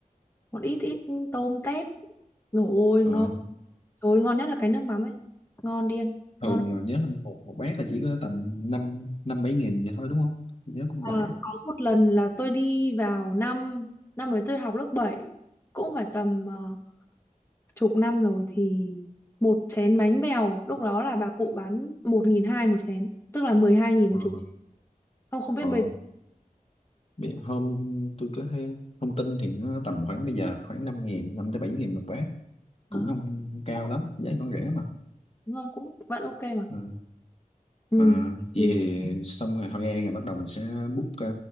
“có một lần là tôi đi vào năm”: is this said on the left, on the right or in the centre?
Left